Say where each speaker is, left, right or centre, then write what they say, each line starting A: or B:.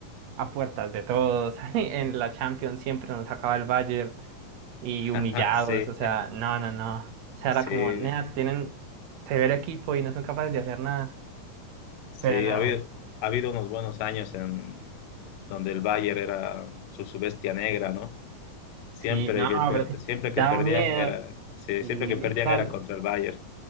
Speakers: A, on the right; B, on the left.
A: a puertas de todos, <laughs> en la Champions siempre nos sacaba el Bayern y
B: <laughs>
A: humillados,
B: Sí,
A: o sea, no, no, no, o sea,
B: sí,
A: era como, nea, tienen severo equipo y no son capaces de hacer nada,
B: sí.
A: pero nada,
B: Ha habido, ha habido unos buenos años en donde el Bayern era su, su bestia negra, ¿no? Siempre
A: sí, no,
B: que, per-
A: pero sí,
B: siempre
A: daba
B: que perdían
A: miedo.
B: era, sí,
A: Y
B: siempre que
A: literal,
B: perdían era contra el Bayern.